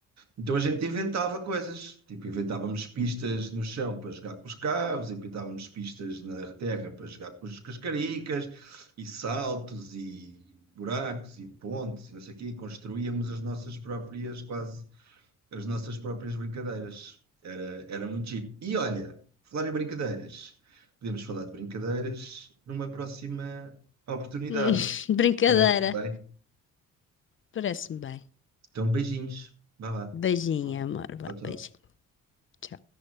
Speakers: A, on the right; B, on the left.
A: Então a gente inventava coisas, tipo inventávamos pistas no chão para jogar com os carros, inventávamos pistas na terra para jogar com os- com as cascaricas, e saltos, e buracos, e pontes, e não sei o quê, e construíamos as nossas próprias quase as nossas próprias brincadeiras. Era, era muito giro. E olha, falar em brincadeiras, podemos falar de brincadeiras numa próxima oportunidade.
B: <laughs> Brincadeira.
A: Parece-te bem?
B: Parece-me bem.
A: Então, beijinhos. Vá lá.
B: Beijinho, amor. Vá,
A: Tchau, tchau.
B: beijinho. Tchau.